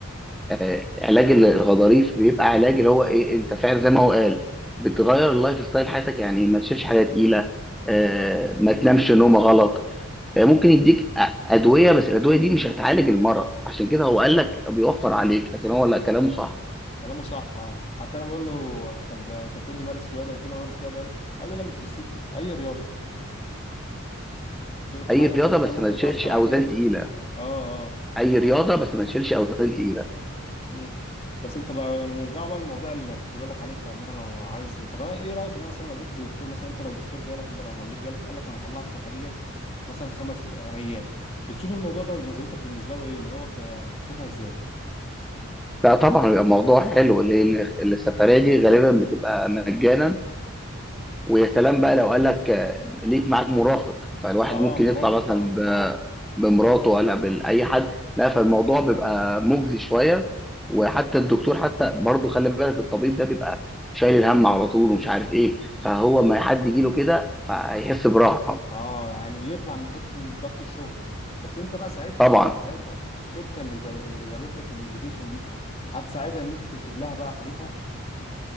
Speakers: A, in the centre; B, on the left.
A: آه، علاج الغضاريف بيبقى علاج اللي هو ايه انت فعلا زي ما هو قال بتغير اللايف ستايل حياتك يعني ما تشيلش حاجه تقيله آه، ما تنامش نومه غلط آه، ممكن يديك أ- ادويه بس الادويه دي مش هتعالج المرض عشان كده هو قال لك بيوفر عليك لكن هو لا كلامه صح
B: كلامه صح اه حتى انا بقول له طب انت بتقول لي مارس رياضه قلت له مارس رياضه ايه قال لي لا مش قصتي اي رياضه قلت له طب
A: اي
B: اي
A: رياضه
B: حاجه مثلا
A: بس
B: ممكن
A: ما تشيلش
B: تاثر
A: اوزان
B: عليها
A: تقيله
B: اه اه
A: اي رياضه بس ما تشيلش اوزان تقيله
B: امم بس انت بقى نرجع بقى للموضوع اللي كنت بقول لك عليه بتاع ان انا لو عايز طب انا ايه رايك ان انا مثلا لو جبت دكتور مثلا انت لو دكتور جالك كده لو مندوب جالك قال لك انا هطلعك سفريه مثلا خمس ايام بتشوف الموضوع ده نظرتك بالنسبه له ايه ان هو ك... بتشوفها ازاي
A: لا طبعا بيبقى موضوع حلو لان السفريه دي غالبا بتبقى مجانا ويا سلام بقى لو قال لك آه، ليك معاك مرافق فالواحد
B: اه
A: ممكن
B: مرافق
A: يطلع مثلا
B: اه
A: ب- بمراته ولا بأي حد لا فالموضوع بيبقى مجزي شوية وحتى الدكتور حتى برضه خلي بالك الطبيب ده بيبقى شايل الهم على طول ومش عارف ايه فهو ما حد يجي له كده فهيحس براحة
B: اه يعني بيطلع من حته إن ضغط الشغل بس انت بقى ساعتها
A: طبعا
B: انت ساعتها الشركه اللي جا- اللي جابت لك الانفيتيشن دي هتساعدها ان انت تكتب لها بقى حاجتها